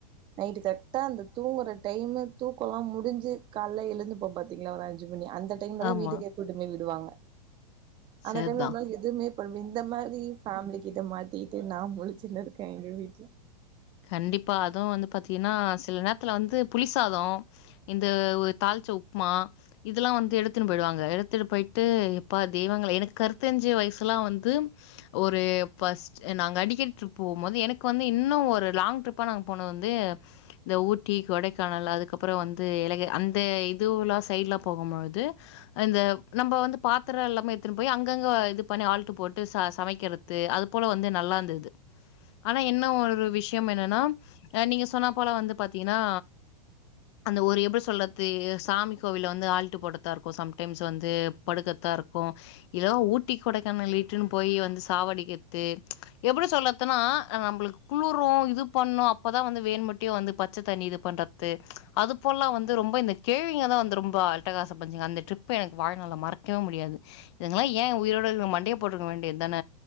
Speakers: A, on the right; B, on the left.
A: நைட்டு கரெட்டா அந்த தூங்குற டைம்மு தூக்கல்லா முடிஞ்சு காலைல எழுந்து போ பத் ங்களா ஒரு அஞ்சு மணி அந்த டைம்ல தா
B: ஆமா
A: வீட்டுக்கே கூட்டுப்போய் விடுவாங்க அந்த
B: சேர்தா
A: டைம்ல நம்மளால எதுமே பண் இந்த மாரி ஃபேமிலி கிட்ட மாட் த்தீட்டு நா முழுச்சுன்னு இருக்க எங்க வீட்ல
B: கண்டிப்பா அதுவு வந்து பாத்தீங்கன்னா சில நேர் த்துல வந்து புளிசாதோம் இந்த ஒர் தாளுச்ச உப்மா இதெல்லா வந்து எடுத்துன்னு போயிடுவாங்க எடுத்துட்டு போயிட்டு இப்ப தெய்வங்கள எனக்கு கருத்தஞ்சு வயிசுலா வந்து ஒரு ஃபஸ்ட் நாங்க அடிக்கடி டிரிப் போகும் போது எனக்கு வந்து இன்னு ஒரு லாங் டிரிப்பா நாங் போனது வந்து இந்த ஊட்டி கொடைக்கானல் அதுக்கப்புறோ வந்து ஏலகி அந்த இதுவுல்லா சைடுல்லா போகும் போது இந்த நம்ப வந்து பாத்துரோ எல்லாமே எடுத்துன்னு போய் அங்கங்க இது பண்ணி ஆல்ட்டு போட்டு ச சமைக்கிறது அது போல வந்து நல்லா இருந்தது ஆனா என்ன ஒரு விஷ் விஷ்யோ என்னன்னா நீங்க சொன்னா போல வந்து பாத்தீங்கன்னா அந்த ஒரு எப்புடி சொல்றது சாமி கோவில் வந்து ஆல்ட்டு போட்டுத்தா இருக்கு சம் டைம்ஸ் வந்து படுக்கத்தா இருக்கு இல்ல ஊட்டி கொடைக்கானல் இட்டுன்னு போயி வந்து சாவடிக்கிறது எப்புடி சொல்றதுன்னா அ நம்பளுக்கு குழு இது பண்ணு அப்பதா வந்து வேன்மட்டியு வந்து பச்ச தண்ணி இது பண்றது அது போல வந்து ரொம்ப இந்த கேள்விங்கதா வந்து ரொம்பா அட்டகாச பஞ்சிங் அந்த டிரிப்பு எனக்கு வாழ்நால்ல மறக்கவே முடியாது இதுங்கல்லா ஏ உயிரோட இருக்கு மண்டைய போட்ருக்க வேண் டிதான